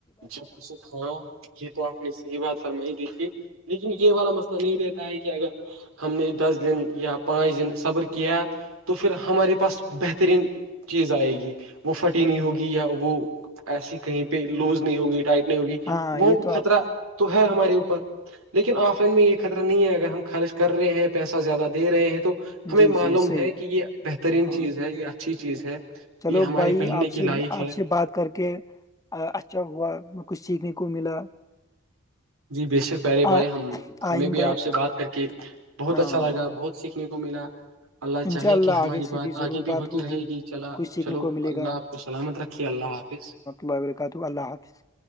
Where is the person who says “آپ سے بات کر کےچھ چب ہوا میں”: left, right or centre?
Left